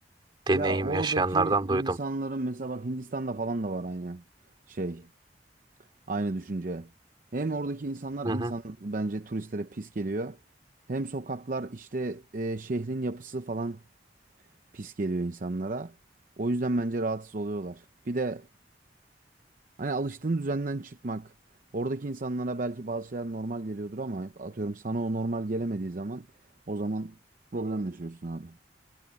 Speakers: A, on the right; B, on the right.
A: deneyim
B: Ya oradaki
A: yaşayanlardan duydum.
B: insanların mesela bak Hindistan'da falan da var aynı şey, aynı düşünce. Hem oradaki insanlar
A: Hı
B: insan
A: hı,
B: bence turistlere pis geliyor. Hem sokaklar işte e, şehrin yapısı falan pis geliyor insanlara. O yüzden bence rahatsız oluyorlar. Bir de Hani alıştığın düzenden çıkmak. Oradaki insanlara belki bazı şeyler normal geliyordur ama atıyorum sana o normal gelemediği zaman o zaman problem yaşıyorsun abi.